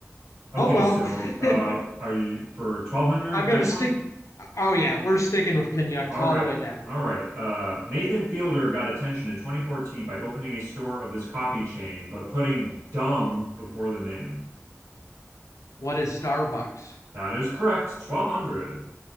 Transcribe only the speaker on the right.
Okay,
so uh,
are you for 1200?
Next
one.
All
right.
All right. Uh, Nathan Fielder got attention in 2014 by opening a store of this coffee chain, but putting dumb before the name.
That is correct. 1200.